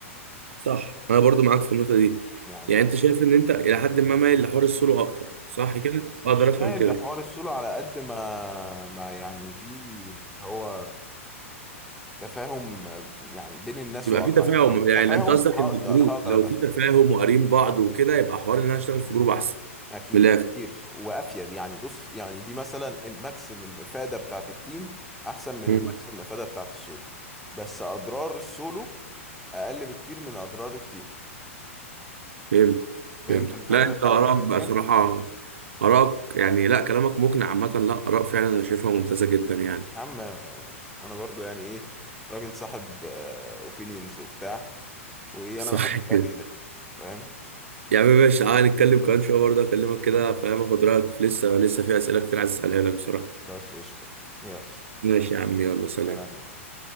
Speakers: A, on the right; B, in the centre.
A: صح انا برضو معاك في النقطة دي
B: يعني
A: يعني انت شايف ان انت الى حد ما مايل لحوار السولو اكتر صح كده
B: مش
A: اقدر افهم
B: مايل
A: كده
B: لحوار السولو على قد ما ما يعني في هو تفاهم يعني بين الناس
A: يبقى
B: وبعضها
A: في تفاهم
B: يعني لو في
A: يعني
B: تفاهم
A: انت قصدك
B: هقدر
A: ان الجروب
B: هقدر
A: لو
B: ابقى
A: في
B: في
A: تفاهم
B: تيم
A: وقارين بعض وكده يبقى حوار ان انا اشتغل في جروب احسن
B: اكيد
A: من الاخر
B: بكتير وافيد يعني بص يعني دي مثلا الماكسيمم افاده بتاعت التيم احسن من
A: مم.
B: الماكسيمم افاده بتاعت السولو بس اضرار السولو اقل بكتير من اضرار التيم
A: فهمت
B: فهمت
A: فهمت
B: الفكره
A: لا انت
B: اللي
A: ارائك
B: انا بتكلم
A: بقى
B: فيها
A: صراحة ارائك يعني لا كلامك مقنع عامة لا اراء فعلا انا شايفها ممتازة جدا يعني
B: يا عم آه، انا برضو يعني ايه راجل صاحب اوبينينز وبتاع وايه
A: صح
B: انا بحب
A: كده
B: الاخي ده فاهم
A: يا عم ماشي تعالى نتكلم كمان شوية برضه أكلمك كده فاهم أخد رأيك في لسه لسه في أسئلة كتير عايز أسألها لك بصراحة
B: خلاص قشطة يلا
A: ماشي يا عم يلا سلام
B: سلام يا عم